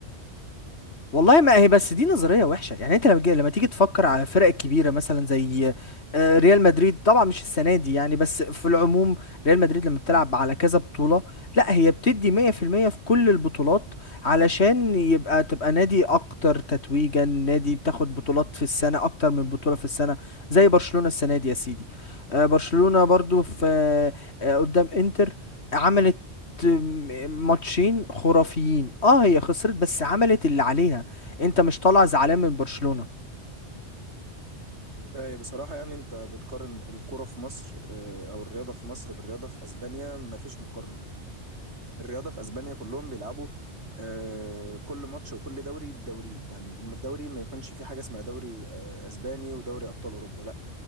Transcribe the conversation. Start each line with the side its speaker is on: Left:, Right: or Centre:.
Left: والله ما هي بس دي نظرية وحشة يعني انت لما تجي- لما تيجي تفكر على فرق كبيرة مثلا زي آه، ريال مدريد طبعا مش السنة دي يعني بس في العموم ريال مدريد لما بتلعب على كذا بطولة لا هي بتدي 100% في المية في كل البطولات علشان يبقى تبقى نادي اكتر تتويجا نادي بتاخد بطولات في السنة اكتر من بطولة في السنة زي برشلونة السنة دي يا سيدي آه، برشلونة برضو في آه، آه، قدام انتر عملت ماتشين خرافيين اه هي خسرت بس عملت اللي عليها انت مش طالع زعلان من برشلونة
Right: آه، بصراحه يعني انت بتقارن الكره في مصر آه، او الرياضه في مصر بالرياضه في اسبانيا ما فيش مقارنه الرياضه في اسبانيا كلهم بيلعبوا آه، كل ماتش وكل دوري بدوري يعني الدوري ما يكونش فيه حاجه اسمها دوري آه، اسباني ودوري ابطال اوروبا لا